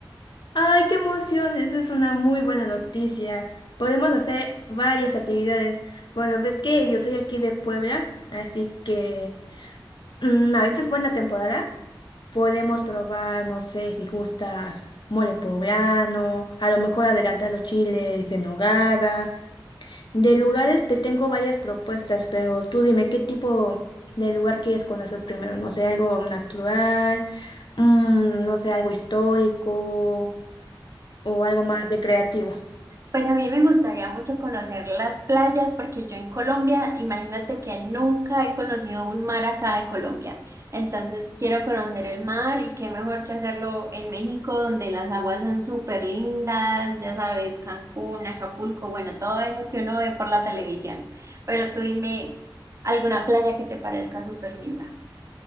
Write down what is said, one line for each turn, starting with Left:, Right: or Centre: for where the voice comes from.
Left: ¡Ay, qué emoción! Esa es una muy buena noticia. Podemos hacer varias actividades. Bueno, ves que yo soy aquí de Puebla, así que mm, ahorita es buena temporada. Podemos probar, no sé, si gustas, mole poblano, a lo mejor adelantar los chiles de nogada. De lugares te tengo varias propuestas, pero tú dime qué tipo de lugar quieres conocer primero. No sé, algo natural, mm, no sé, algo histórico o algo más recreativo.
Right: Pues a mí me gustaría mucho conocer las playas porque yo en Colombia, imagínate que nunca he conocido un mar acá de Colombia. Entonces quiero conocer el mar y qué mejor que hacerlo en México donde las aguas son súper lindas, ya sabes, Cancún, Acapulco, bueno, todo eso que uno ve por la televisión. Pero tú dime alguna playa que te parezca súper linda.